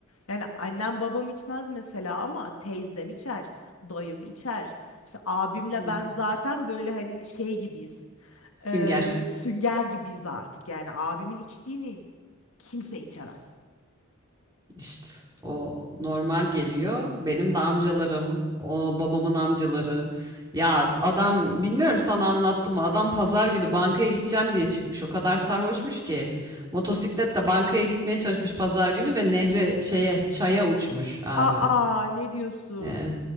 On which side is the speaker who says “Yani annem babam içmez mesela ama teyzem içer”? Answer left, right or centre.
Left